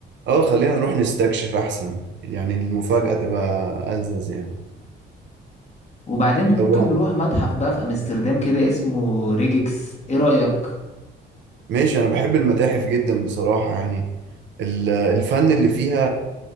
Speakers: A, on the right (about 65°); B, on the left (about 35°).
A: اه خلينا نروح نستكشف احسن يعني المفاجأة تبقى ألذذ يعني
B: وبعدين ممكن
A: طبعا
B: نروح متحف بقى في أمستردام كده اسمه ريجكس ايه رأيك؟
A: ماشي انا بحب المتاحف جدا بصراحة يعني ال- الفن اللي فيها